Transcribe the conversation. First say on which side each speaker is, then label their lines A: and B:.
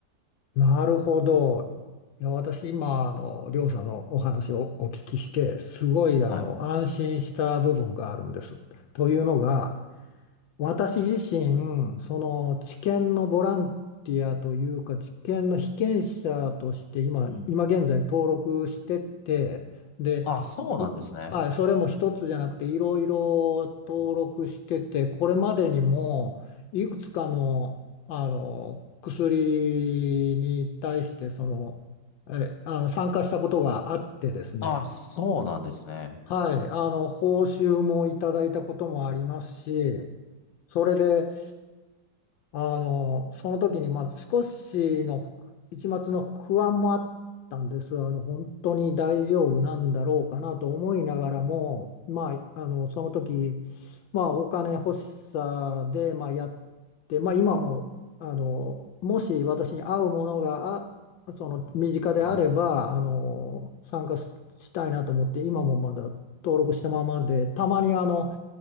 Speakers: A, on the left; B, on the left.
A: なるほど。いや、私今、あの、りょうさんのお話をお聞きして、すごい、あの、
B: はい。
A: 安心した部分があるんです。というのが、私自身、その治験のボランティアというか、治験の被験者として今、
B: うん。
A: 今現在登録してて、で、
B: あ、そうなんですね。
A: いはい、それも一つじゃなくて、いろいろ登録してて、
B: うん
A: これまでにも、いくつかの、あの薬に対して、その、え、あの参加したことがあってですね、
B: あ、そうなんですね。
A: はい、あの報酬もいただいたこともありますし、
B: うん
A: それで、あの、その時に、まあ、少しの一抹の不安もあったんです。あの、本当に大丈夫なんだろうかなと思いながらも、まあ、あの、その時、まあ、お金欲しさで、まあ、やって、まあ、今も、あの、もし私に合うものが、あ、その、身近であれば、
B: うん
A: あの、参加ししたいなと思って、今もまだ登録したままで、たまに、あの、